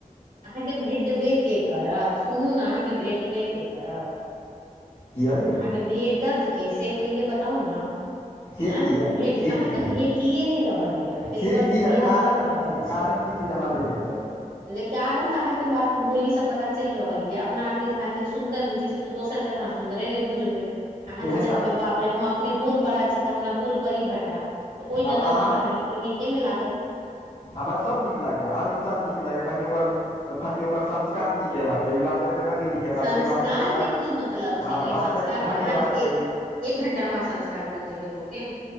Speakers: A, on the right (about 85°); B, on the left (about 75°).
A: अहाँके भेटबे के करत सुनू ने अहाँके भेटबे के कर करत
B: किया यै
A: अहाँके भेटत के से पहिले बताउ न
B: से
A: हँ
B: किया
A: भेट
B: से
A: अहाँके
B: किया
A: भेटिए नै रहल यए तै
B: से
A: दुआरे
B: किया
A: तऽ बियाह
B: कारण
A: नै कऽ
B: की
A: रहल
B: छै कारण
A: छी।
B: की छै जे हमरा नै देखत
A: नहि कारण तऽ अहाँ के बात बोली से पता चैल रहल ये अपना आप के जहा एतेक सुंन्दर बुझे छै त दोसर त तह सुन्दरे न बुझबै अहाँ
B: एहन
A: तऽ चाहबै
B: आब
A: बाप रे हम अपने। हुड़ पड़ा छी तऽ हमरा हर परी भेटा त ओय
B: आब
A: नजर
B: अहाँ
A: में तऽ अहाँके कियो नीके नै लागत।
B: हमरा सभ नीक लागैए हर इन्सान नीक लागैए खाली ओकर। खाली ओकर संस्कार नीक हेबाक चाही बाजय के रंग नीक हेबाक
A: संस्कार
B: चाही बाजऽके ढङ्ग
A: के की मतलब
B: हँ
A: छै ने
B: बाजऽके
A: संस्कार
B: ढङ्ग
A: तऽ
B: हेबाक चाही
A: अहाँ <unintelligible> एक घंटा म संस्कार बुइझ जेबै लोक के।